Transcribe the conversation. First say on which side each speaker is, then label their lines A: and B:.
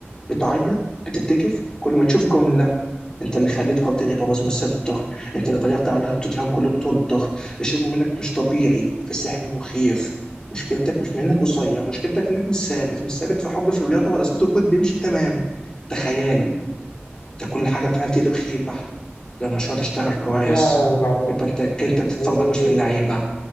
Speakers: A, on the left (about 20°); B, on the left (about 75°).
A: بتعيط بتتكف كل ما تشوف جمله انت اللي خليت هاردن يبقى من الظهر انت اللي ضيعت عليها بتوتنهام كل بطولته الشغل منك مش طبيعي في سحر مخيف مشكلتك مش منك قصير مشكلتك انك مش ثابت مش ثابت في حب في الرياضه ولا صوت الكود بيمشي تمام ده خيال ده كل حاجه بتعملها بتقلب خيبه لو المشروع تشتغل كويس
B: يا تعبان
A: يبقى انت انت بتتفرج
B: <laughs>
A: مش من اللعيبه